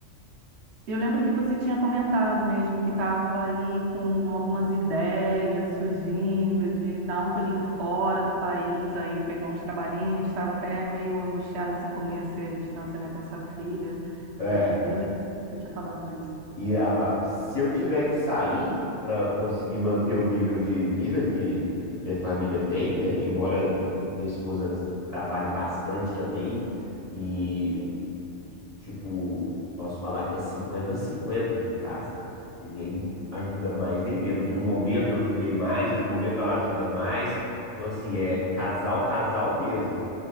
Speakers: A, on the right; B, on the left.
A: Eu lembro que você tinha comentado mesmo que estava aí com algumas ideias surgindo de dar um pulinho fora do país aí, pegar uns trabalhinhos, estava até meio angustiada assim como ia ser a distância, né, com a sua filha.
B: É.
A: É,
B: É.
A: eu lembro que você tinha falado isso.
B: E a- a- se eu tiver que sair para conseguir manter o nível de vida que minha família tem, né? Embora minha esposa trabalhe bastante também e Tipo, posso falar que é 50 cinquenta aqui em casa. Ninguém ajuda mais nem menos. Em um momento eu ajudei mais, em um momento ela ajuda mais. Então, assim, é casal, casal mesmo.